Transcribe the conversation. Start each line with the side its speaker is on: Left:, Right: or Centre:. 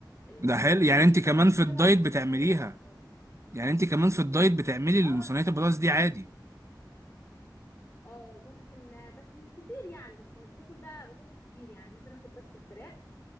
Left: المكرونه
Right: ده حلو
Left: بشاميل
Right: يعني انت كمان
Left: طبعا
Right: في
Left: هي
Right: الدايت
Left: بقى الممنوعه
Right: بتعمليها
Left: خالص
Right: يعني انت كمان في الدايت بتعملي المصنعات
Left: اه دي
Right: البطاطس دي عادي
Left: اه ممكن آه، بس مش كتير يعني بس مش باكل بقى بطاطس كتير يعني ممكن اخد بس الفراخ